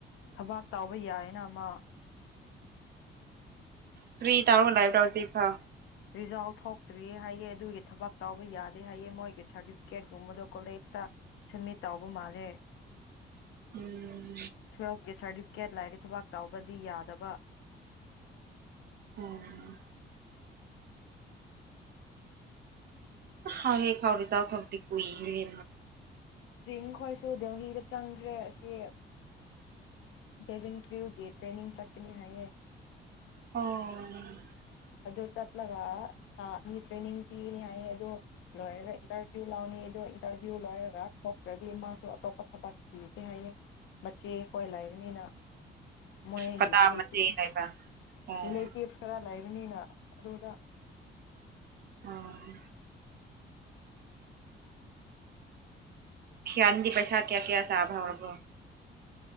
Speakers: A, on the left; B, on the right.
A: ꯊꯕꯥꯛ ꯇꯥꯎꯕ ꯌꯥꯏꯅ ꯑꯃ
B: ꯀꯔꯤ ꯇꯥꯔꯒ ꯂꯕ꯭ꯔꯥꯎꯁꯤꯐꯥ
A: ꯔꯤꯖꯥꯎꯜ ꯊꯣꯛꯇ꯭ꯔꯤꯌꯦ ꯍꯥꯏꯑꯦ ꯑꯗꯨꯒꯤ ꯊꯕꯛ ꯇꯥꯎꯧꯕ ꯌꯥꯗꯦ ꯍꯥꯏꯑꯦ ꯃꯣꯏꯒꯤ ꯁꯥꯔꯇꯤꯐꯤꯀꯦꯠꯒꯨꯝꯕꯗꯣ ꯀꯣꯂꯦꯖꯇ ꯁꯝꯃꯤꯠ ꯇꯧꯕ ꯃꯥꯜꯂꯦ
B: ꯎꯝ
A: ꯊꯣꯏ ꯑꯦ ꯁꯥ ꯀꯌꯥꯗ ꯂꯥꯏꯔꯤ ꯊꯕꯥꯛ ꯇꯥꯎꯕꯗꯤ ꯌꯥꯗꯕ
B: ꯑꯣꯝ ꯍꯥꯎꯦ ꯈꯥꯎꯔꯤ ꯆ ꯊ ꯍꯧꯗꯤ ꯀꯏ ꯔꯦ
A: ꯆꯤꯡ ꯈꯣꯏꯁꯨ ꯗꯦꯜꯍꯤꯗ ꯆꯪꯈ꯭ꯔꯦ ꯑꯁꯤ ꯀꯦꯚꯟ ꯀ꯭ꯌꯨꯒꯤ ꯇ꯭ꯔꯦꯅꯤꯡ ꯆꯠꯀꯅꯤ ꯍꯥꯏꯌꯦ
B: ꯑꯣ
A: ꯑꯗꯨ ꯆꯠꯂꯒ ꯊꯥ ꯑꯅꯤ ꯇ꯭ꯔꯦꯅꯤꯡ ꯄꯤꯅꯤ ꯍꯥꯏꯌꯦ ꯑꯗꯨ ꯂꯣꯏꯔꯒ ꯏꯟꯇꯔꯚꯤꯌꯨ ꯂꯧꯅꯤ ꯑꯗꯨ ꯏꯟꯇꯔꯚꯤꯌꯨ ꯂꯣꯏꯔꯒ ꯊꯣꯛꯇ꯭ꯔꯗꯤ ꯃꯥꯁꯨ ꯑꯇꯣꯞꯄ ꯊꯕꯛ ꯄꯤꯒꯦ ꯍꯥꯏꯌꯦꯦ ꯃꯆꯦꯈꯣꯏ ꯂꯩꯕꯅꯤꯅ ꯃꯣꯏꯒꯤ
B: ꯀꯅꯥ
A: ꯔꯤꯂꯦꯇꯤꯚ
B: ꯃꯆꯦ ꯂꯩꯕ ꯑꯣ
A: ꯔꯤꯂꯦꯇꯤꯚ ꯈꯔ ꯂꯩ ꯌꯅꯤꯅ ꯑꯗꯨꯣꯗꯥ
B: ꯑꯣ ꯁꯌꯥꯟꯗꯤ ꯄꯩꯁꯥ ꯀꯌꯥ ꯀꯌꯥ ꯁꯥꯕꯔꯔꯕꯣ